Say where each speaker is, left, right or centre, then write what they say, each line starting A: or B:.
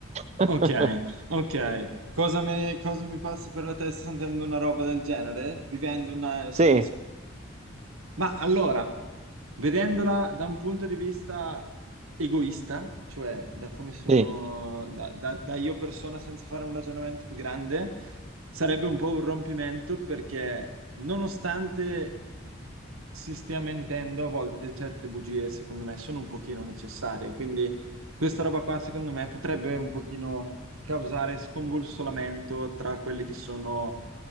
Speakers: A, on the right; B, on the right.
A: <laughs>
B: ok, ok. Cosa mi, cosa mi passa per la testa sentendo una roba del genere? Vivendo una situazione...
A: Sì,
B: Ma allora, vedendola da un punto di vista egoista, cioè da come sono,
A: sì,
B: da, da- da io persona senza fare un ragionamento più grande, sarebbe un po' un rompimento perché nonostante si stia mentendo, a volte certe bugie, secondo me, sono un pochino necessarie. Quindi questa roba qua, secondo me, potrebbe un pochino causare scombussolamento tra quelle che sono